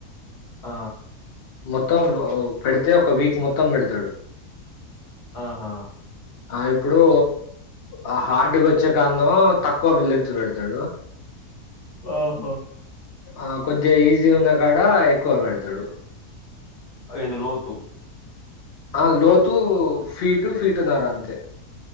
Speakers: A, on the left; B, on the left.
A: ఆ
B: మొత్తం పెడితే ఒక వీక్ మొత్తం పెడతాడు
A: ఆహా
B: ఆ ఇప్పుడు ఆ హార్డ్కొచ్చే కన్న తక్కువ విల్లంత పెడతాడు
A: ఓహో
B: ఆ కొద్దిగా ఈజీగా ఉన్నా కాడ ఎక్కువ పెడతాడు
A: ఐదు లోతు.
B: ఆ లోతు ఫీటు ఫీటున్నారా అంతే.